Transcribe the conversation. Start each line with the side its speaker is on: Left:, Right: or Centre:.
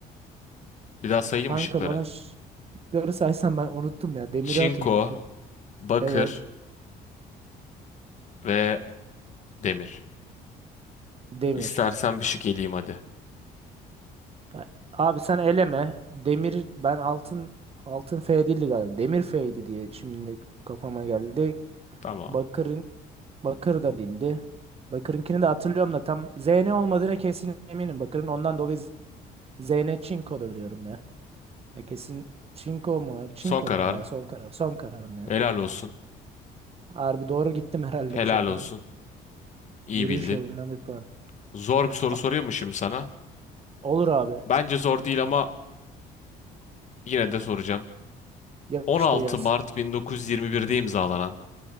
Left: Bir daha sayayım
Right: Kanka
Left: ışıkları.
Right: bana ş- şıkları saysan ben unuttum ya. Demiri
Left: Çinko,
Right: hatırlıyorum tek.
Left: bakır
Right: Evet.
Left: ve demir.
Right: Demir.
Left: İstersen bir şık eleyeyim hadi.
Right: Ya, Abi sen eleme. Demir ben altın altın F değildi galiba. Demir F'ydi diye şimdi kafama geldi.
Left: Tamam.
Right: Bakırın Bakır da değildi. Bakır'ınkini de hatırlıyorum da tam ZN olmadığına kesin eminim. Bakır'ın ondan dolayı Z- ZN Çinko'dur diyorum ya. Ya kesin Çinko mu? Çinko'dur
Left: Son kararın.
Right: ya. Son karar. Son kararım ya.
Left: Helal olsun.
Right: Harbi doğru gittim herhalde
Left: Helal
Right: bu sefer.
Left: olsun. İyi
Right: Yürüyüş
Left: bildin.
Right: yılından bir puan.
Left: Zor bir soru
Right: Ha-
Left: soruyor mu şimdi sana?
Right: olur abi.
Left: Bence zor değil ama yine de soracağım.
Right: Yapıştır
Left: 16
Right: gelsin.
Left: Mart 1921'de imzalanan